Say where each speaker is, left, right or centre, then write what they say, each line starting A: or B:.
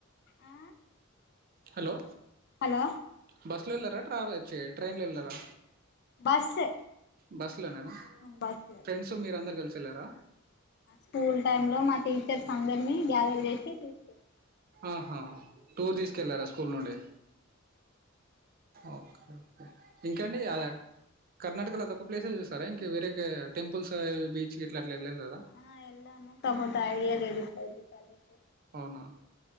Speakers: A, on the left (about 50°); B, on the right (about 45°).
A: ఆ
B: హలో
A: హలో
B: బస్ లో వెళ్ళారా ట్రావెల్ చ్చి ట్రైన్ లో వెళ్ళారా.
A: బస్సే
B: బస్సులో నేనా
A: బస్సే
B: ఫ్రెండ్స్ మీరందరూ కలిసి వెళ్లారా
A: స్కూల్ టైమ్లో మా టీచర్స్ అందరినీ గ్యాదర్ చేసి తీసుకెళ్ళాం
B: ఆహా టూర్ తీసుకెళ్ళారా స్కూల్ నుండి ఓకే ఇంకండి కర్ణాకలో అదొక్క ప్లేసే చూసరా ఇంకా వేరే టెంపుల్స్వి బీచ్ ఇట్లా అట్లా వెళ్ళలేదా
A: ఆ వెళ్ళాము కాపోతే ఐడియా లేదు ప్రజెంట్ <inaudible>
B: అవునా